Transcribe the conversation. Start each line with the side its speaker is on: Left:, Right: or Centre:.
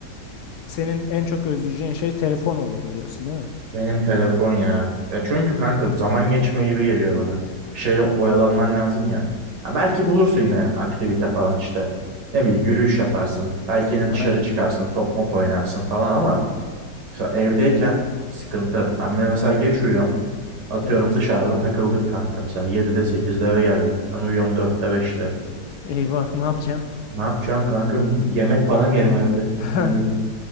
Left: senin en çok özleyeceğin şey telefon olurdu diyorsun değil mi?
Right: Benim telefon ya. Ya çünkü kanka zaman geçmiyor gibi geliyor bana. Bir şeyle oyalanman lazım ya. Ha belki bulursun yine aktivite falan işte. Ne bileyim yürüyüş yaparsın. Belki yine
Left: Aynen.
Right: dışarı çıkarsın, top mop oynarsın falan ama mesela evdeyken sıkıntı. Ben bile mesela geç uyuyorum. Atıyorum
Left: Evet.
Right: dışarıda takıldık kanka mesela yedide sekizde eve geldik. Ben uyuyorum dörtte beşte.
Left: Eyvah ne yapacaksın?
Right: Ne yapacağım kanka? Yemek falan yerim evde.
Left: <laughs>
Right: Bütün gün